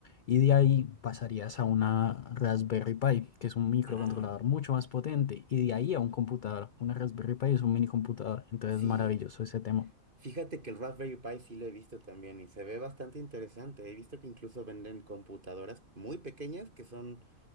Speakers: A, on the left; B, on the right.
A: Y de ahí pasarías a una Raspberry Pi, que es un microcontrolador
B: Ah,
A: mucho más potente. Y de ahí a un computador. Una Raspberry Pi es un mini computador. Entonces,
B: sí.
A: maravilloso ese tema.
B: Fíjate que el Raspberry Pi sí lo he visto también y se ve bastante interesante. He visto que incluso venden computadoras muy pequeñas que son,